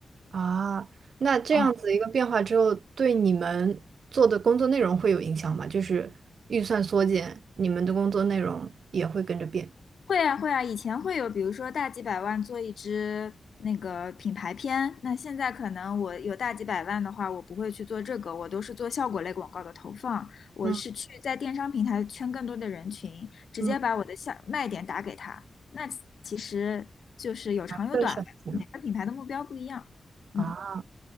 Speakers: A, on the right; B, on the left.
A: 啊，那这样子一个变化之后，
B: 嗯。
A: 对你们做的工作内容会有影响吗？就是预算缩减，你们的工作内容也会跟着变。
B: 会啊会啊，以前会有，比如说大几百万做一支那个品牌片，那现在可能我有大几百万的话，我不会去做这个，我都是做效果类广告的投放，我是去在电商平台圈更多的人群，
A: 嗯
B: 直接把我的下卖点打给他。
A: 嗯
B: 那其实就是有长有短吧，
A: 会省钱
B: 每个品牌的目标不一样。
A: 啊，
B: 嗯，